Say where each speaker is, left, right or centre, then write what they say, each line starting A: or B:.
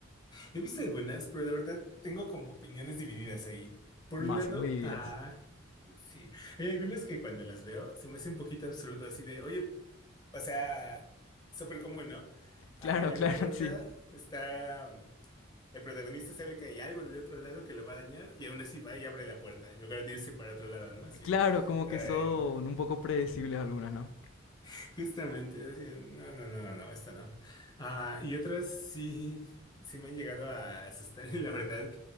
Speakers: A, on the left; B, on the left.
A: He visto algunas, pero de verdad tengo como opiniones divididas ahí. Por
B: No,
A: un
B: así,
A: lado,
B: muy divididas.
A: ah, sí, hay algunas que cuando las veo se me hace un poquito absurdo, así de, oye, o sea, súper común, ¿no? Hay
B: Claro, claro,
A: una puerta,
B: <laughs> sí.
A: está, mm, el protagonista sabe que hay algo del otro lado que lo va a dañar y aún así va y abre la puerta en lugar de irse para otro lado, ¿no? Así,
B: Claro,
A: de,
B: como que son
A: ay, no.
B: un poco predecibles algunas, ¿no?
A: <laughs> Justamente, así, de, no, no, no, no, no, esta no. Ah, y otras sí, sí me han llegado a asustar, <laughs> y la verdad.